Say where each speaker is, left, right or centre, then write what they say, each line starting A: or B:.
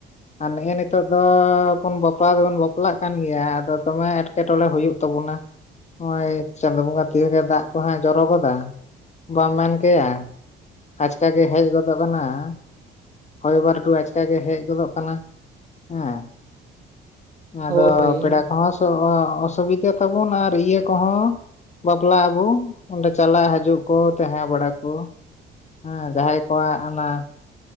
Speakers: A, on the left; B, on the right.
A: ᱟᱨ ᱱᱮᱜᱼᱮ ᱱᱤᱛᱳ
B: ᱦᱩᱸ
A: ᱫᱚ ᱻ ᱵᱚᱱ ᱵᱟᱯᱞᱟ ᱫᱚᱵᱚᱱ ᱵᱟᱯᱞᱟᱜ ᱠᱟᱱ ᱜᱮᱭᱟ ᱟᱫᱚ ᱫᱚᱢᱮ ᱮᱴᱠᱮᱴᱚᱬᱮ ᱦᱩᱭᱩᱜ ᱛᱟᱵᱚᱱᱟ ᱾ ᱱᱚᱜᱚᱭ ᱪᱟᱸᱫᱳ ᱵᱚᱸᱜᱟ ᱛᱤᱭᱮ ᱫᱟᱜ ᱠᱚᱦ ᱡᱚᱨᱚ ᱜᱚᱫᱟ ᱵᱟᱢ ᱢᱮᱱ ᱠᱮᱭᱟ ᱾ ᱟᱪᱠᱟ ᱜᱮ ᱦᱮᱡ ᱜᱚᱫᱚᱜ ᱠᱟᱱᱟ ᱾ ᱦᱚᱭ ᱵᱟᱹᱨᱰᱩ ᱟᱪᱠᱟ ᱜᱮ ᱦᱮᱡ ᱜᱚᱫᱚᱜ ᱠᱟᱱᱟ ᱦᱮᱸ ᱾ ᱟᱫᱚ
B: ᱦᱳᱭ
A: ᱯᱮᱲᱟ ᱠᱚᱦᱚᱸ ᱚᱥᱩᱵᱤᱫᱟ ᱛᱟᱵᱚᱱ ᱟᱨ ᱤᱭᱟᱹ ᱠᱚᱦᱚᱸ, ᱵᱟᱯᱞᱟ ᱟᱵᱚ ᱚᱸᱰᱮ ᱪᱟᱞᱟᱜ ᱦᱤᱡᱩᱜ ᱠᱚ ᱛᱟᱦᱮᱸ ᱵᱟᱲᱟ ᱠᱚ ᱾ ᱦᱮᱸ
B: ᱦᱩᱸ
A: ᱡᱟᱦᱟᱸᱭ ᱠᱚᱣᱟᱜ ᱚᱱᱟᱻ